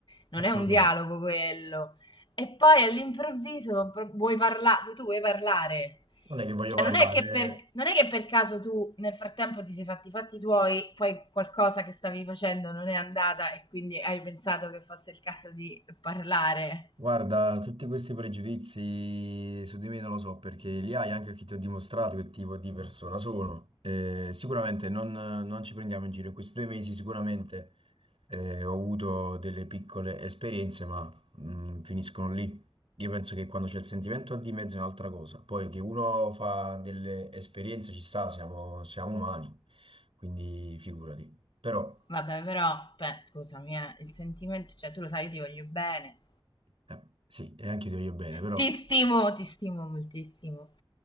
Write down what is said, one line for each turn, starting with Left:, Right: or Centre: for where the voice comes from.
Left: non
Right: Assolutamente.
Left: è un dialogo quello. E poi all'improvviso pro- vuoi parlare, tu vuoi parlare.
Right: Non è che voglio
Left: Cioè,
Right: parlare.
Left: non è, che per, non è che per caso tu nel frattempo ti sei fatti i fatti tuoi, poi qualcosa che stavi facendo non è andata e quindi hai pensato che fosse il caso di parlare.
Right: Guarda, tutti questi pregiudizi su di me non lo so perché li hai anche perché ti ho dimostrato che tipo di persona sono. Eh, sicuramente non, non ci prendiamo in giro. In questi due mesi sicuramente eh, ho avuto delle piccole esperienze, ma mm, finiscono lì. Io penso che quando c'è il sentimento di mezzo è un'altra cosa. Poi che uno fa delle esperienze ci sta, siamo, siamo umani, quindi figurati. Però,
Left: Vabbè, però, beh, scusami, eh, il sentimento, cioè tu lo sai, io ti voglio bene.
Right: eh, sì, e anche io ti voglio bene, però...
Left: Ti stimo, ti stimo moltissimo.